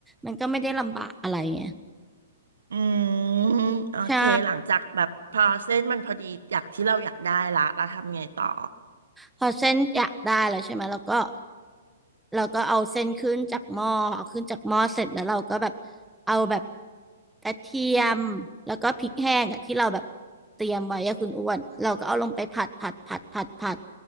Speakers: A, in the centre; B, on the right.
A: มันก็ไม่ได้ลำบากอะไรไง
B: อืมโอเคหลังจากแบบพอเส้นมันพอดีอยากที่เราอยากได้ละเราทำไงต่อ
A: ใช่ พอเส้นอยากได้แล้วใช่ไหมเราก็เราก็เอาเส้นขึ้นจากหม้อเอาขึ้นจากหม้อเสร็จแล้วเราก็แบบเอาแบบกระเทียมแล้วก็พริกแห้งอะที่เราแบบเตรียมไว้อะคุณอ้วนเราก็เอาลงไปผัดผัดผัดผัดผัด